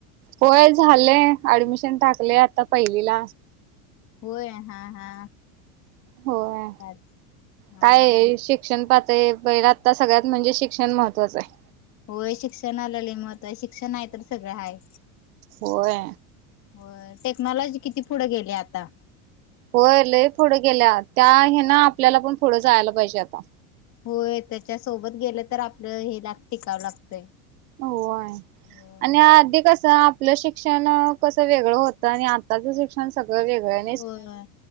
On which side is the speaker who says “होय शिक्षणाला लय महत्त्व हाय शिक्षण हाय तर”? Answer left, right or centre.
Left